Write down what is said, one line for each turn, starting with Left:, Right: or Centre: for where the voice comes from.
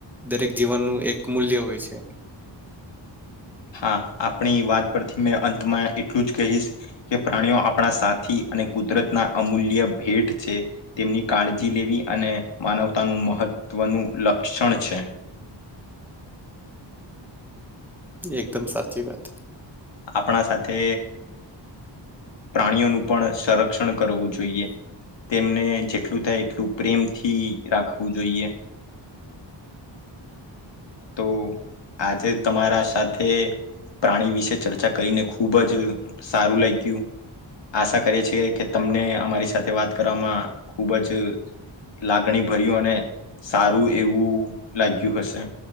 Centre: દરેક જીવનનું એક મૂલ્ય હોય છે.
Left: હા આપણી વાત પરથી મેં અંતમાં એટલું જ કહીશ કે પ્રાણીઓ આપણા સાથી અને કુદરતના અમૂલ્ય ભેટ છે. તેમની કાળજી લેવી અને માનવતાનું લક્ષણ છે.
Centre: એકદમ સાચી વાત.
Left: આપણા સાથે પ્રાણીઓનું પણ સંરક્ષણ કરવું જોઈએ તેમને જેટલું થાય એટલું પ્રેમથી રાખવું જોઈએ. તો આજે તમારા સાથે પ્રાણી વિશે ચર્ચા કરીને ખુબ ખુબ જ સારું લાગ્યું. આશા કરીએ છેએ કે તમને અમારી સાથે વાત કરવામાં ખૂબ જ લાગણી ભર્યું અને સારું એવું લાગ્યું હશે.